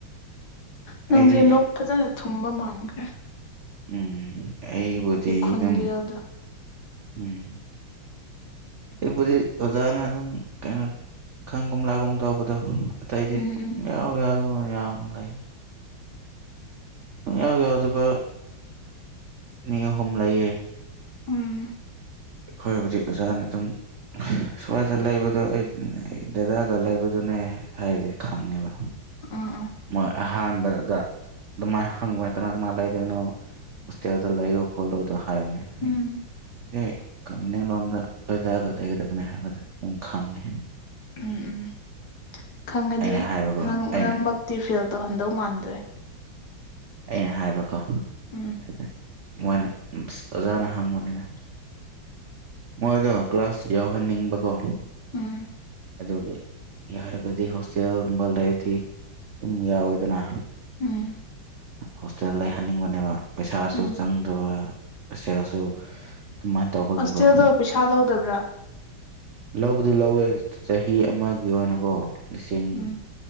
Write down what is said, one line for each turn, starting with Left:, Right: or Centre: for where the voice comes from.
Left: ꯅꯪꯖꯦ
Right: ꯑꯩꯗꯤ
Left: ꯂꯣꯛ ꯐꯖꯅ ꯊꯨꯡꯕ ꯃꯥꯟꯒ꯭ꯔꯦ
Right: ꯎꯪꯝ ꯑꯩꯕꯨꯗꯤ
Left: ꯈꯣꯟꯖꯦꯜꯗꯣ
Right: ꯑꯗꯨꯝ ꯎꯝ ꯑꯩꯕꯨꯗꯤ ꯑꯣꯖꯥꯅ ꯑꯗꯨꯝ ꯀꯩꯅꯣ ꯈꯪꯒꯨꯝ- ꯂꯥꯛꯒꯨꯝ ꯇꯧꯕꯗꯣ ꯑꯇꯩꯗꯤ
Left: ꯎꯝ
Right: ꯁꯨꯝꯌꯥꯎ
Left: ꯎꯝ
Right: ꯌꯥꯎꯗꯅ ꯌꯥꯝ ꯂꯩ ꯁꯨꯝꯌꯥꯎ ꯌꯥꯎꯗꯕ ꯅꯤ ꯑꯍꯨꯝ ꯂꯩꯌꯦ
Left: ꯎꯝ
Right: ꯑꯩꯈꯣꯏ ꯍꯧꯖꯤꯛ ꯑꯣꯖꯥꯅꯑꯗꯨꯝ ꯁ꯭ꯋꯥꯏꯗ ꯂꯩꯕꯗꯣ ꯑꯩ ꯗꯗꯥꯒ ꯂꯩꯕꯗꯨꯅꯦ ꯍꯥꯏꯕꯗꯤ ꯈꯪꯉꯦꯕ
Left: ꯑꯪꯑꯣ
Right: ꯃꯣꯏ ꯑꯍꯥꯟꯕꯗꯒ ꯑꯗꯨꯃꯥꯏꯅ ꯍꯪꯕ ꯃꯣꯏ ꯀꯅꯥ ꯀꯅꯥ ꯂꯩꯗꯣꯏꯅꯣ ꯍꯣꯁꯇꯦꯜꯗ ꯂꯩꯌꯣ-ꯈꯣꯠꯂꯣꯗ ꯍꯥꯏꯕꯅꯦ ꯑꯩꯅ
Left: ꯎꯝ
Right: ꯑꯦ ꯃꯨꯅꯤꯡ ꯂꯣꯝꯗ ꯈꯣꯏꯗꯥꯒ ꯂꯩꯒꯗꯕꯅꯤ ꯍꯥꯏꯕꯗ ꯑꯗꯨꯝ ꯈꯪꯉꯦ
Left: ꯎꯪ ꯎꯪ ꯈꯪꯉꯗꯤ
Right: ꯑꯩꯅ ꯍꯥꯏꯕꯀꯣ
Left: ꯅꯪ ꯃꯔꯛꯃꯛ
Right: ꯑꯩꯅ
Left: ꯇꯤꯐꯦꯜ ꯇꯧꯍꯟꯗꯧ ꯃꯥꯟꯗ꯭ꯔꯦ
Right: ꯑꯩꯅ ꯍꯥꯏꯕꯀꯣ
Left: ꯎꯝ
Right: ꯑꯗꯨꯗꯃꯣꯏꯅ ꯑꯣꯖꯥꯅꯥꯍꯪꯕꯅꯤꯅ ꯃꯣꯏꯗꯣ ꯀ꯭ꯂꯥꯁꯌꯥꯎꯍꯟꯅꯤꯡꯕ ꯀꯣ
Left: ꯎꯝ
Right: ꯑꯗꯨꯒꯤ ꯌꯥꯔꯒꯗꯤ ꯍꯣꯁꯇꯦꯜꯒꯨꯝꯕ ꯂꯩꯔꯗꯤ ꯑꯗꯨꯝ ꯌꯥꯎꯋꯤꯗꯅ
Left: ꯎꯪ
Right: ꯍꯣꯁꯇꯦꯜ ꯂꯩꯍꯟꯅꯤꯡꯕꯅꯦꯕ ꯄꯩꯁꯥꯁꯨ
Left: ꯎꯝ
Right: ꯆꯪꯗꯕ ꯁꯦꯜꯁꯨ ꯑꯗꯨꯃꯥꯏ ꯇꯧꯕꯒꯤꯀꯣ
Left: ꯍꯣꯁꯇꯦꯜꯗꯣ ꯄꯩꯁꯥ ꯂꯧꯗꯕ꯭ꯔꯥ
Right: ꯂꯧꯕꯗꯤ-ꯂꯧꯋꯦ ꯆꯍꯤ ꯑꯃꯒꯤ ꯑꯣꯏꯅꯀꯣ ꯂꯤꯁꯤꯡ
Left: ꯎꯝ